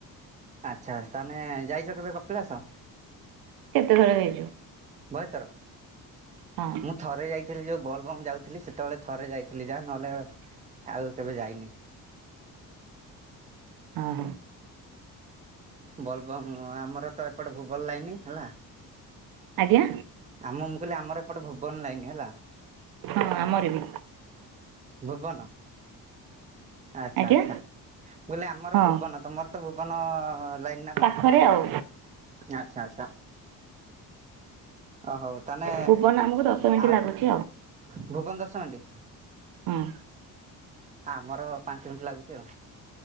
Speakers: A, on the right; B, on the right.
A: ଆଚ୍ଛା ତମେ ଯାଇଚ କେବେ କପିଳାସ?
B: କେତେ ଥର ଯାଇଛୁ।
A: ବହେଥର
B: ହଁ
A: ମୁଁ ଥରେ ଯାଇ ଥିଲି ଯୋଉ ବୋଲବମ୍ ଯାଉଥିଲି ସେତେବେଳେ ଥରେ ଯାଇଥିଲି ଯାହା ନହେଲେ ଆଉ କେବେ ଯାଇନି।
B: ଆ ହା।
A: ବୋଲବମ୍ ଆମର ତ ଏପଟ ଭୁବନ ଲାଇନି ହେଲା।
B: ଆଜ୍ଞା।
A: ଆ ମୁଁ-ମୁଁ କହିଲି ଆମର ଏପଟେ ଭୁବନ ଲାଇନ୍ ହେଲା।
B: ହଁ ଆମର ବି।
A: ଭୁବନ ଆଚ୍ଛା-ଆଚ୍ଛା
B: ଆଜ୍ଞା।
A: ମୁଁ କହିଲି ଆମର
B: ହଁ।
A: ଭୁବନ ତମର ତ ଭୁବନ ଲାଇନ ନା କଣ
B: ପାଖରେ ଆଉ
A: ଆଚ୍ଛା-ଆଚ୍ଛା। ଓ ହଉ ତାନେ
B: ଭୁବନ ଆମକୁ ଦଶ ମିନିଟ୍
A: ଆଉ।
B: ଲାଗୁଛି
A: ଭୁବନ ଦଶ ମିନିଟ୍
B: ହୁଁ
A: ଆମର ପାଞ୍ଚ ମିନିଟ୍ ଲାଗୁଛି ଆଉ।